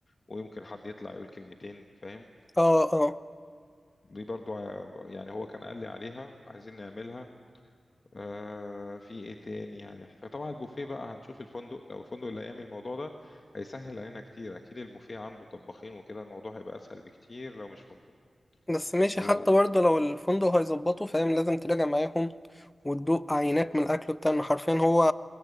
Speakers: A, on the left; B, on the left.
A: ويمكن حد يطلع يقول كلمتين فاهم
B: اه اه
A: دي برضو ع- يعني هو كان قال لي عليها عايزين نعملها آه في ايه تاني يعني احتاج طبعا البوفيه بقى هنشوف الفندق لو الفندق اللي هيعمل الموضوع ده هيسهل علينا كتير اكيد البوفيه عنده طباخين وكده الموضوع هيبقى اسهل بكتير لو مش فندق
B: بس ماشي
A: و
B: حتى برضه لو الفندق هيظبطه فاهم لازم تراجع معاهم وتدوق عينات من الاكل بتاعنا حرفيا هو